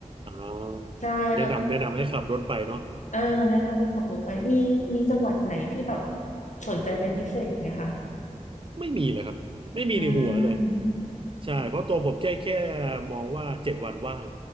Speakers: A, on the right; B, on the left.
A: อ๋อแนะนำแนะนำให้ขับรถไปเนาะ
B: ใช่แล้วเออแนะนำให้ขับรถไปมีมีจังหวัดไหนที่แบบสนใจเป็นพิเศษไหมคะ
A: ไม่มีเลยครับไม่มีในหัวเลย
B: อืม
A: ใช่เพราะตัวผมแค่แค่มองว่าเจ็ดวันว่าง